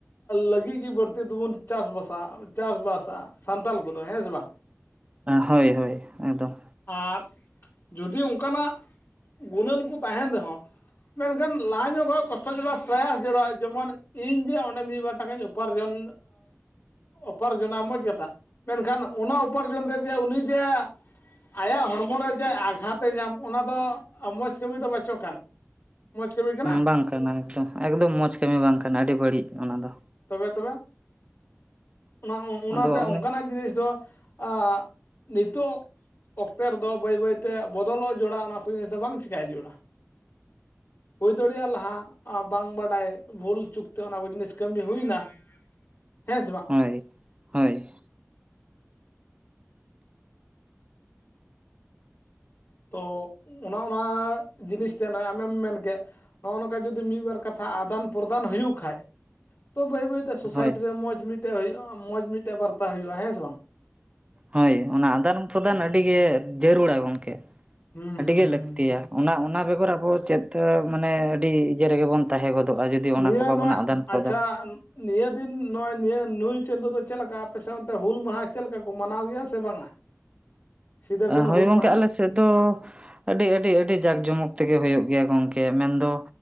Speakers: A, on the left; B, on the right.
A: ᱞᱟᱹᱜᱤᱫ ᱜᱮ ᱵᱟᱹᱲᱛᱤᱤᱫᱵᱚᱱ ᱪᱟᱥ ᱵᱟᱥᱟ ᱪᱟᱥᱵᱟᱥᱟ, ᱥᱟᱱᱛᱟᱞ ᱠᱚᱫᱚ ᱦᱮᱸ ᱥᱮ ᱵᱟᱝ᱾
B: ᱦᱳᱭ ᱦᱳᱭ ᱮᱠᱫᱚᱢ᱾
A: ᱟᱨ ᱡᱩᱫᱤ ᱚᱱᱠᱟᱱᱟᱜ ᱜᱩᱱᱟᱹᱱ ᱠᱚ ᱛᱟᱦᱮᱱ ᱨᱮᱦᱚᱸ, ᱢᱮᱱᱠᱷᱟᱱ ᱞᱟᱦᱟ ᱧᱚᱜᱼᱠᱚᱜ ᱠᱚᱥᱴᱚ ᱡᱚᱲᱟ ᱯᱨᱟᱭᱟᱥ ᱡᱚᱲᱟ ᱡᱮᱢᱚᱱ ᱤᱧ ᱡᱮ ᱚᱸᱰᱮ ᱢᱤᱫᱵᱟᱨ ᱴᱟᱠᱟᱧ ᱩᱯᱟᱨᱡᱚᱱ ᱩᱯᱟᱨᱡᱚᱱᱟ ᱢᱚᱡᱽ ᱠᱟᱛᱷᱟ ᱢᱮᱱᱠᱷᱟᱱ ᱚᱱᱟ ᱩᱯᱟᱨᱡᱚᱱ ᱨᱮ ᱡᱮ ᱩᱱᱤ ᱡᱮ, ᱟᱭᱟᱜ ᱦᱚᱲᱢᱚ ᱨᱮ ᱡᱮ ᱟᱜᱷᱟᱛ ᱮ ᱧᱟᱢ ᱚᱱᱟ ᱫᱚ ᱢᱚᱡᱽ ᱠᱟᱹᱢᱤ ᱫᱚ ᱵᱟᱪᱚ ᱠᱟᱱ᱾ ᱢᱚᱡᱽ ᱠᱟᱹᱢᱤ ᱠᱟᱱᱟ
B: ᱵᱟᱝ ᱠᱟᱱᱟ ᱮᱠᱫᱚᱢ ᱮᱠᱫᱚᱢ ᱢᱚᱸᱡᱽ ᱠᱟᱹᱢᱤ ᱵᱟᱝ ᱠᱟᱱᱟ ᱟᱹᱰᱤ ᱵᱟᱹᱲᱤᱡ ᱚᱱᱟ ᱫᱚ᱾
A: ᱛᱚᱵᱮ ᱛᱚᱵᱮ ᱚᱱᱟ ᱼᱚᱱᱟ,
B: ᱟᱫᱚ ᱚᱱᱮ
A: ᱚᱱᱟ ᱡᱤᱱᱤᱥ ᱫᱚ ᱟᱜ ᱱᱤᱛᱚᱜ, ᱚᱠᱛᱮ ᱨᱮᱫᱚ ᱵᱟᱹᱭ ᱵᱟᱹᱭᱛᱮ ᱵᱚᱫᱚᱞᱚᱜ ᱡᱚᱲᱟ ᱚᱱᱟ ᱠᱚ ᱡᱤᱱᱤᱥ ᱫᱚ ᱵᱟᱝ ᱪᱮᱤᱠᱟᱹᱭ ᱡᱚᱲᱟ᱾ ᱦᱩᱭ ᱫᱟᱲᱮᱭᱟᱜᱼᱟ ᱞᱟᱦᱟ ᱵᱟᱝ ᱵᱟᱰᱟᱭ ᱵᱷᱩᱞ ᱪᱩᱠᱛᱮ ᱚᱱᱟ ᱠᱚ ᱡᱤᱱᱤᱥ ᱠᱟᱹᱢᱤ ᱦᱩᱭᱱᱟ, ᱦᱮᱸ ᱥᱮ ᱵᱟᱝ
B: ᱦᱳᱭ ᱦᱳᱭ᱾
A: ᱛᱚ ᱚᱱᱟ ᱚᱱᱟ ᱡᱤᱱᱤᱥ ᱛᱮ ᱱᱚᱜᱼᱚᱭ ᱟᱢᱮᱢ ᱢᱮᱱ ᱠᱮᱫ, ᱱᱚᱜᱼᱚ ᱱᱚᱝᱠᱟ ᱡᱩᱫᱤ ᱢᱤᱫ ᱵᱟᱨ ᱠᱟᱛᱷᱟ ᱟᱫᱟᱱ ᱯᱨᱚᱫᱟᱱ ᱦᱩᱭᱩᱜ ᱠᱷᱟᱭᱡ ᱛᱚ ᱵᱟᱹᱭ ᱵᱟᱹᱭᱛᱮ ᱥᱳᱥᱟᱭᱴᱤ
B: ᱦᱳᱭ
A: ᱨᱮ ᱢᱚᱸᱡᱽ ᱢᱤᱫᱴᱮᱡ ᱦᱩᱭᱩᱜᱼᱟ ᱢᱚᱸᱡᱽ ᱢᱤᱫᱴᱮᱡ ᱵᱟᱨᱛᱟ ᱦᱩᱭᱩᱜᱼᱟ ᱦᱮᱸ ᱥᱮ ᱵᱟᱝ᱾
B: ᱦᱳᱭ ᱚᱱᱟ ᱟᱫᱟᱱ ᱯᱨᱚᱫᱟᱱ ᱟᱹᱰᱤᱜᱮ ᱡᱟᱹᱨᱩᱲᱟ ᱜᱚᱝᱠᱮ᱾
A: ᱦᱩᱸ
B: ᱟᱹᱰᱤ
A: ᱦᱩᱸ
B: ᱜᱮ
A: ᱦᱩᱸ
B: ᱞᱟᱹᱠᱛᱤᱭᱟ ᱚᱱᱟ ᱚᱱᱟ ᱵᱮᱜᱚᱨ ᱟᱵᱚ ᱪᱮᱫ ᱢᱟᱱᱮ ᱟᱹᱰᱤ ᱤᱭᱟᱹ ᱨᱮᱜᱮ ᱵᱚᱱ, ᱛᱟᱦᱮᱸ ᱜᱚᱫᱚᱜᱼᱟ ᱡᱩᱫᱤ ᱚᱱᱟ
A: ᱱᱤᱭᱟᱹ
B: ᱠᱚ ᱵᱟᱵᱚᱱ
A: ᱱᱚᱜᱼᱚᱭ
B: ᱟᱫᱟᱱ ᱯᱨᱚᱫᱟᱱᱟ,
A: ᱟᱪᱪᱷᱟ ᱱᱤᱭᱟᱹ ᱫᱤᱱ ᱱᱚᱜᱼᱚᱭ ᱱᱤᱭᱟᱹ ᱱᱩᱭ ᱪᱟᱸᱫᱚᱳ ᱫᱚ ᱪᱮᱫ ᱞᱮᱠᱟ ᱟᱯᱮ ᱥᱟᱶᱛᱮ ᱦᱩᱞ ᱢᱟᱦᱟ ᱪᱮᱫᱠᱟ ᱠᱚ ᱢᱟᱱᱟᱣ ᱜᱮᱭᱟ ᱥᱮ ᱵᱟᱝᱟ᱾ ᱥᱤᱫᱟᱹ ᱠᱟᱹᱱᱦᱩ
B: ᱦᱳᱭ
A: ᱦᱩᱞ
B: ᱜᱚᱝᱠᱮ
A: ᱢᱟᱦᱟ
B: ᱟᱞᱮ ᱥᱮᱫ ᱫᱚ ᱟᱹᱰᱤ ᱟᱹᱰᱤ ᱟᱹᱰᱤ ᱡᱟᱸᱠ ᱡᱚᱢᱚᱠ ᱛᱮᱜᱮ ᱦᱳᱭᱳᱜ ᱜᱮᱭᱟ ᱜᱚᱝᱠᱮ ᱢᱮᱱᱫᱚ